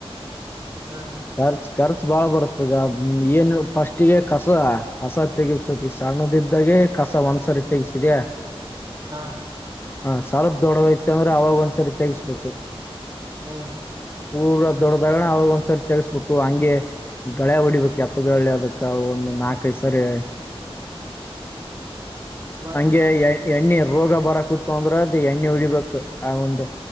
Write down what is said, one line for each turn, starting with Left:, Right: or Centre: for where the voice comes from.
Left: <inaudible>
Right: ಹ
Left: ಖರ್ಚ ಖರ್ಚ ಬಾಳ ಬರುತ್ತದ ಈಗ ಏನ ಫಸ್ಟಗೆ ಕಸ ಕಸ ತೆಗಸುಕ ಈ ಸಣ್ಣದ್ದಾಗೆ ಕಸ ಒಂದ್ಸರಿ ತೆಗಸಿದ್ಯಾ
Right: ಹಾ
Left: ಹ ಸಲ್ಪ್ ದೊಡ್ಡದೈತೆ ಅಂದ್ರೆ ಅವಾಗ ಒಂದ್ಸರಿ ತ್ಯಗಸ್ಬೇಕು
Right: ಹ್ಮ್
Left: ಪೂರಾ ದೊಡ್ಡ್ದಾಗಣ ಅವಾಗ ಒಂದ್ಸರ್ತಿ ತಿಳ್ಸ್ಬೇಕು ಹಂಗೆ. ಈ ಗಳೆ ಹೊಡಿಬೇಕು ಹತ್ತು ಬೆಳ್ಳೆ ಅದಕ ಅವು. ನಾಲ್ಕೈದ ಸರಿ.
Right: ಮತ್
Left: ಗೆ ಎಣ್ಣೆ ರೋಗ ಬರಕ ಅಂದ್ರೆ ಅದು ಎಣ್ಣೆ ಉಡಿಬೇಕು ಆ ಒಂದು